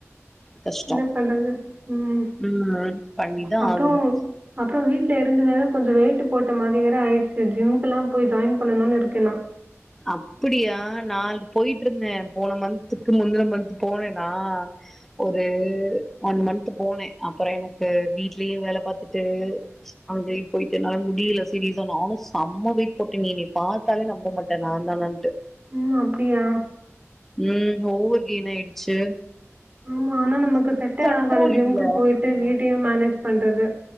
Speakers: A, in the centre; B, on the right.
A: கஷ்டம்
B: என்ன பண்றது? ம்.
A: உஹம் பண்ணிதான்
B: அப்புறம்
A: ஆகணும்
B: அப்புறம் வீட்ல இருந்து வேற கொஞ்சம் வெயிட்டு போட்ட மாதிரி வேற ஆயிடுச்சு ஜிம்முக்கெல்லாம் போய் ஜாயின் பண்ணும்னு இருக்கே நா
A: அப்படியா நான் போயிட்டுருந்த போன மந்த்துக்கு முந்தின மந்த்த் போனேன்னா ஒரு ஒன் மந்த்த் போனே அப்புறம் எனக்கு வீட்லே வேலை பாத்துட்டு அங்கேயும் போயிட்டு என்னாலு முடியல சிரியசா நானும் செம்ம வைட்டு போட்டேன் நீ பார்த்தாலே நம்ம மட்ட இது நான்தானான்டு
B: ம் அப்படியா
A: ம் ஓவர் கெயின் ஆயிடுச்சு
B: ஆமா ஆனா நமக்கு செட்டே
A: கண்ட்ரோல்
B: ஆகாது ஜிம்கு
A: இல்ல
B: போயிட்டு வீட்டையும் மேனேஜ் பண்றது